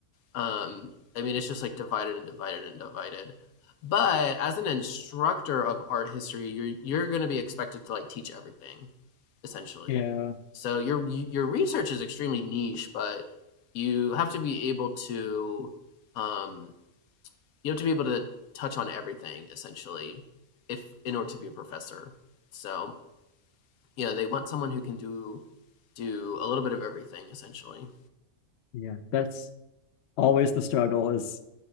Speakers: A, on the left; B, on the left.
A: Um, I mean, it's just like divided and divided and divided. But as an instructor of art history, you're you're going to be expected to like teach everything essentially.
B: Yeah.
A: So your your research is extremely niche, but you have to be able to um, you have to be able to touch on everything essentially, if in order to be a professor. So you know they want someone who can do do a little bit of everything essentially.
B: Yeah. That's always the struggle is